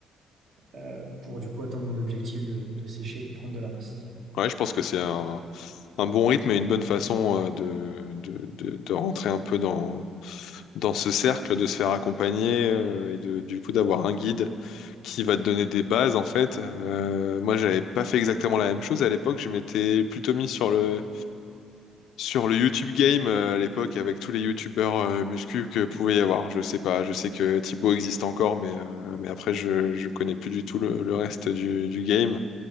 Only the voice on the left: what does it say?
Ouais, je pense que c'est un, un bon rythme et une bonne façon euh, de, de, de, de rentrer un peu dans, dans ce cercle, de se faire accompagner euh, et de, du coup d'avoir un guide qui va te donner des bases en fait. Euh, moi, j'avais pas fait exactement la même chose à l'époque. Je m'étais plutôt mis sur le sur le YouTube Game euh, à l'époque avec tous les YouTubeurs euh, muscu que pouvait y avoir. Je sais pas. Je sais que Thibaut existe encore, mais euh, mais après je je connais plus du tout le, le reste du, du game.